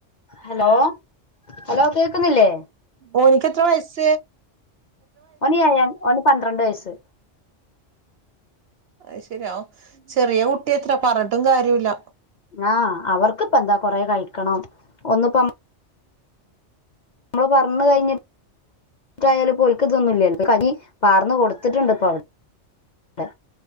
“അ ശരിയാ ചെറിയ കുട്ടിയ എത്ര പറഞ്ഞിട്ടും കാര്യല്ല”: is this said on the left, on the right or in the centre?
Right